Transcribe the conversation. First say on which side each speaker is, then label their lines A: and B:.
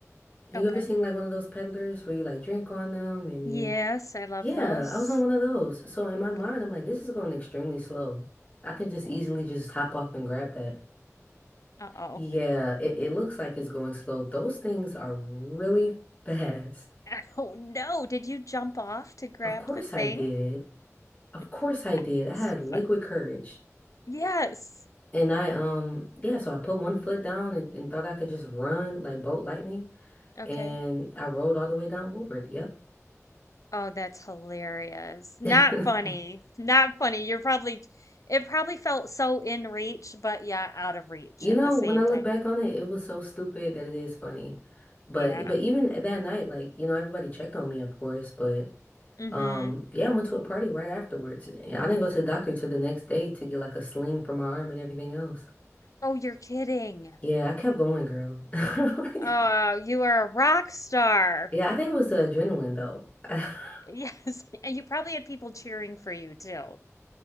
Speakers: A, on the left (about 30°); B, on the left (about 80°).
A: You
B: Okay.
A: ever seen like one of those peddlers where you like drink on them and you
B: Yes, I love
A: Yeah,
B: those.
A: I was on one of those. So in my
B: Okay.
A: mind, I'm like, this is going extremely slow. I can just easily
B: Oh,
A: just hop off and grab that.
B: Uh-oh.
A: Yeah, it, it looks like it's going slow. Those things are really <laughs> fast.
B: <laughs> Oh no, did you jump off to grab
A: Of course
B: the thing?
A: I did. Of
B: <laughs>
A: course I
B: That's
A: did. I had liquid
B: funny.
A: courage.
B: Yes.
A: And I, um, yeah, so I put one foot down and, and thought I could just run like bolt lightning.
B: Okay.
A: And I rolled all the way down Woodward. Yep.
B: Oh, that's hilarious. Not
A: <laughs>
B: funny. Not funny. You're probably, it probably felt so in reach, but yeah, out of reach
A: You
B: at
A: know,
B: the same
A: when I look
B: time.
A: back on it, it was so stupid that it is funny. But
B: Yeah.
A: but even that night, like, you know, everybody checked on me, of course, but
B: Mm-hmm.
A: um yeah, I went to a party right afterwards. And I didn't go to the doctor till the next day to get like a sling for my arm and everything else.
B: Oh, you're kidding.
A: Yeah, I kept going, girl. <laughs>
B: Oh, you are a rock star.
A: Yeah, I think it was the adrenaline though. <laughs>
B: Yes. <laughs> And you probably had people cheering for you too.